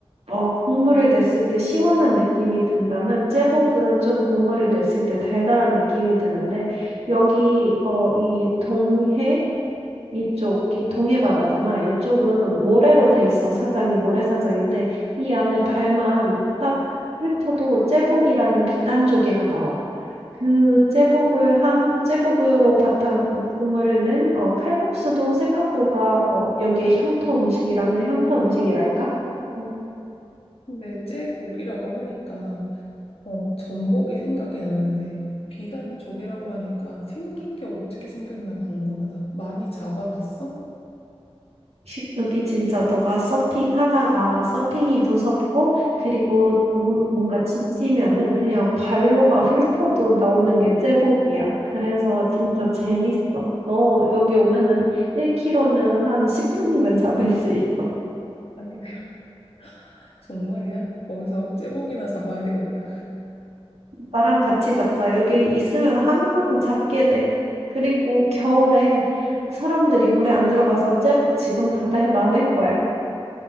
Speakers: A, on the right; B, on the left.
A: 어, 국물을 냈을 때 시원한 느낌이 든다면 째복은 좀 국물을 냈을 때 달달한 느낌이 드는데 여기 어, 이 동해 이쪽이 동해바다잖아. 이쪽은 모래로 돼 있어, 사장이. 모래사장인데, 이 안에 발만 딱 훑어도 제복이라는 비단 조개가 나와. 그 제복을 한, 제복으로 바탕, 어, 국물을 낸, 어, 칼국수도 생각보다, 어, 여기에 향토 음식이라면 향토 음식이랄까? 어,
B: 근데 째복이라고 하니까 어, 전복이 생각이 나는데 비단조개라고 하니까 생긴 게 어떻게 생겼나 궁금하다. 많이 잡아봤어?
A: 휴- 여기 진짜 너가 서핑하다가 서핑이 무섭고 그리고 무- 뭔가 지치면은 그냥 발로 막 훑어도 나오는 게 제복이야. 그래서 진짜 재밌어. 너 여기 오면은 1kg는 한 10분이면 잡을 수 있어.
B: 아니, <laughs> 정말이야? 거기서 째복이나 잡아야 되겠다.
A: 나랑 같이 잡자. 여기 있으면 항상 잡게 돼. 그리고 겨울에 사람들이 물에 안 들어가서 제복 지금 바다에 많을 거야.